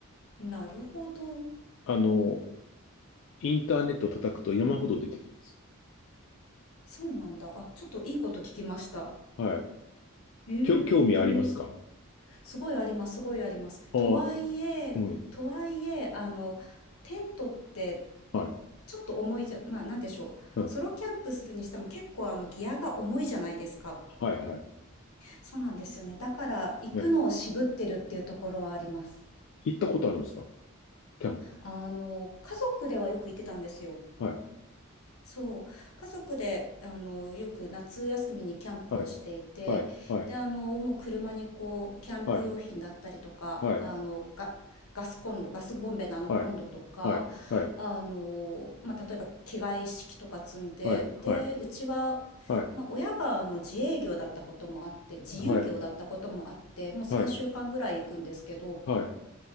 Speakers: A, on the left; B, on the left.
A: なるほど
B: あの、インターネット叩くと山ほど出てきます。
A: そうなんだあちょっといいこと聞きました
B: はい。
A: へえ行ってみよう
B: きょ、興味ありますか
A: すごいありますすごいありますとはいえとはいえあのテントって
B: ああ、うん。はい。
A: ちょっと重いじゃまあなんでしょうソロキャンプするにしても結構あのギアが重いじゃないですか
B: うん。はいはい。
A: そうなんですよねだから行くのを渋ってるっていうところはあります
B: ね。行ったことあるんですかキャンプ。
A: あの、家族ではよく行ってたんですよ。
B: はい。
A: そう。家族で、あの、よく夏休みにキャンプをしていて、
B: はい。はい。はい。
A: で、あの、もう車にこう、キャンプ用品だったりとか、
B: はい。はい。
A: あの、ガ、ガスコンロ、ガスボンベのあのコンロとか、
B: はい。はい。はい。
A: あの、まあ、例えば着替え一式とか積んで、
B: はい。はい。
A: で、うちは、
B: はい。
A: まあ、親があの自営業だったこともあって、自由業だったこともあって、
B: はい。
A: もう3週間ぐらい行くんですけど、
B: はい。はい。はい。